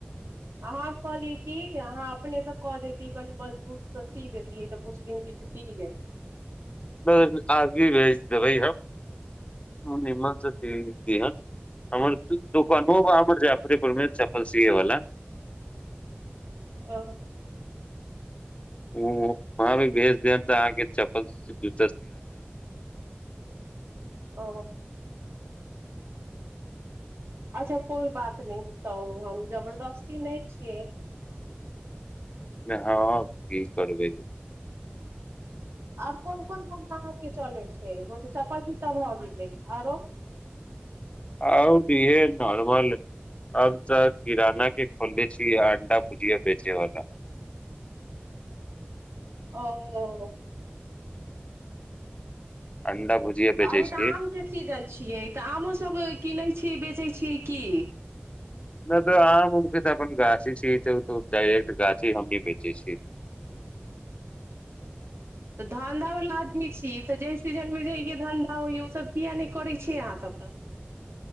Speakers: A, on the right; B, on the left.
A: अहाँ कहलियै की अहाँ अपने से क देतियै कनि मजबूत से सी देतियै कुछ दिन टिकतियै
B: आगे भेज देबै हम ह निमस कदय हमर दोकानो बार जाफरपुर मे चप्पल सीए वाला
A: ओ
B: ओ भी बेच देम तऽ अहाँके चप्पल ज
A: ओ अच्छा कोइ बात नहि तब हम जबरदस्ती नहि छियै
B: ने हाँ की करबै
A: आर कोन कोन धंधा आर के चलै छै ओ तऽ चप्पल जूता भऽ गेलै आरो
B: आउ बिहे नर्मल आब किराना के खोलले छी अंडा भुजिया बेचेवालला
A: ओ
B: अंडा भुजिया बेचे
A: अभी
B: छी
A: तऽ आम के सीजन छियै तऽ आमो सब कीनै छी बेचै छीयै की
B: नहि तऽ आ उखे तऽ अपन गाछी छी त त डायर्ट गाछी हमनी बेचे छी
A: <inaudible> तऽ धन्धावला आदमी छी तऽ जाहि सीजनमे जाइके धन्धा होइए ओसभ किएक नहि करै छिय अहाँसभ तक